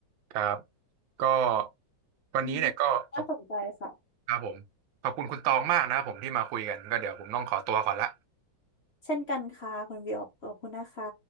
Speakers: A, on the right; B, on the left.
A: ครับก็วันนี้เนี่ยก็ขอบ
B: อืมน่าสนใจค่ะ
A: ครับผมขอบคุณคุณตองมากนะครับผมที่มาคุยกันก็เดี๋ยวผมต้องขอตัวก่อนละ
B: เช่นกันค่ะคุณวิวขอบคุณนะคะ